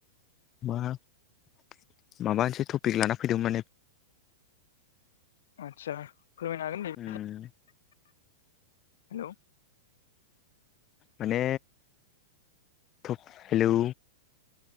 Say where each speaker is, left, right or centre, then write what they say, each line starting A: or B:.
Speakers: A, on the left; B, on the left.
A: मा माबा मोनसे टपिक लाना फैदों माने
B: आदसा फोरमायनो हागोन दे
A: उम
B: हेलौ
A: माने तप हेलौ